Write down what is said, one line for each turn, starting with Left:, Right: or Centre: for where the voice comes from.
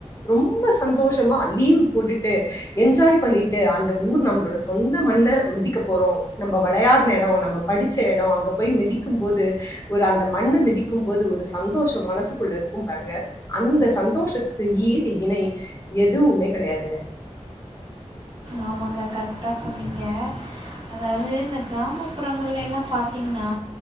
Left: ரொம்ப சந்தோஷமா லீவ் போட்டுட்டு என்ஜாய் பண்ணிட்டு அந்த ஊர் நம்மளோட சொந்த மண்ண மிதிக்க போறோ நம்ம விளையாடுன எடோ நம்ம படிச்ச எடோ அங்க போய் மிதிக்கும் போது ஒரு அந்த மண்ண மிதிக்கும் போது ஒரு சந்தோஷம் மனசுக்குள்ள இருக் கும் பாருங்க அந்த சந்தோஷத்துக்கு ஈடு இணை எதுவுமே கெடையாதுங்க
Right: ஆமாங்க கரெக்டா சொன்னீங்க அதாவது இந்த கிராமப்புறங்கள்லல்லா பாத்தீங்கன்னா